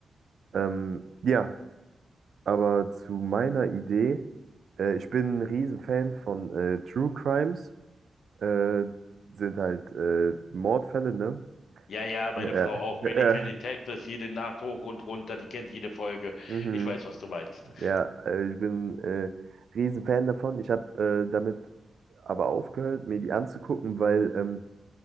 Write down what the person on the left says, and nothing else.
Ja, ja, meine
Frau auch. Medical
Detectives, jede Nacht hoch und runter, die kennt jede Folge.
Ich weiß, was du meinst.